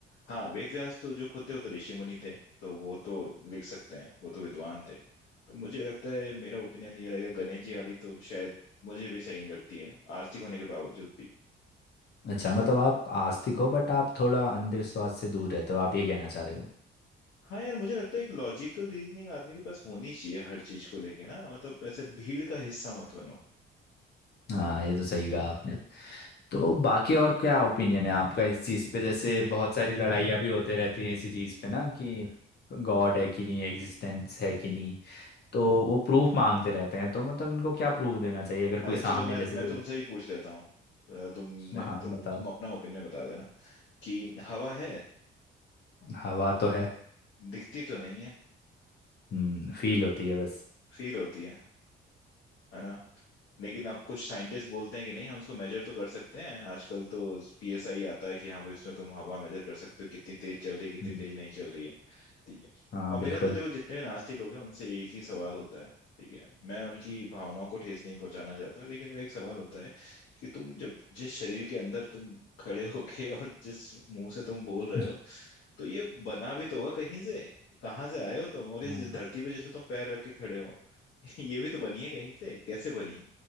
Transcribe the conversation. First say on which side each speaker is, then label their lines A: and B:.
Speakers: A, on the left; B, on the left.
A: हाँ वेद व्यास तो जो खुद थे वो तो ऋषि मुनि थे तो वो तो लिख सकते हैं वो तो विद्वान थे तो मुझे लगता है मेरा ओपिनियन ये रहेगा गणेश जी वाली तो शायद मुझे भी सही नहीं लगती है आस्तिक होने के बावजूद भी
B: अच्छा मतलब आप आस्तिक हो बट आप थोड़ा अंधविश्वास से दूर रहते हो आप ये कहना चाह रहे हो
A: हाँ यार मुझे लगता है एक लॉजिकल रीजनिंग आदमी के पास होनी चाहिए हर चीज को लेके ना मतलब ऐसे भीड़ का हिस्सा मत बनो
B: हाँ ये तो सही कहा आपने तो बाकी और क्या ओपिनियन है आपका इस चीज़ पे जैसे बहुत सारी लड़ाइयाँ भी होते रहती हैं इसी चीज़ पे ना कि गॉड है कि नहीं एग्जिस्टेंस है कि नहीं तो वो प्रूफ मांगते रहते हैं तो मतलब इनको क्या प्रूफ देना चाहिए अगर कोई
A: अच्छा
B: सामने
A: चलो मैं
B: जैसे
A: मैं
B: कोई
A: तुमसे ही पूछ लेता हूँ अ, तुमने
B: हाँ
A: तुम
B: बताओ
A: तुम अपना ओपिनियन बता देना कि हवा है
B: हवा तो है
A: दिखती तो नहीं है
B: हम्म फील होती है बस
A: फील होती है है ना लेकिन अब कुछ साइंटिस्ट बोलते हैं कि नहीं हम इसको मेजर तो कर सकते हैं आजकल तो पीएसआई आता है कि हाँ भाई इसमें तुम हवा मेजर कर सकते हो कितनी तेज चल रही है कितनी
B: हम्म,
A: तेज नहीं चल रही है ठीक है
B: हाँ
A: और
B: बिल्कुल
A: मेरा तो देखो जितने भी नास्तिक लोग हैं उनसे एक ही सवाल होता है ठीक है मैं उनकी भावनाओं को ठेस नहीं पहुंचाना चाहता लेकिन मेरा एक सवाल होता है कि तुम जब जिस शरीर के अंदर तुम खड़े <laughs> होके और जिस मुंह से तुम बोल
B: <laughs>
A: रहे हो तो ये बना भी तो होगा कहीं से कहाँ से आए हो तुम और ये
B: हाँ,
A: जिस धरती पे जिस पे तुम पैर रख के खड़े हो <laughs> ये भी तो बनी है कहीं से कैसे बनी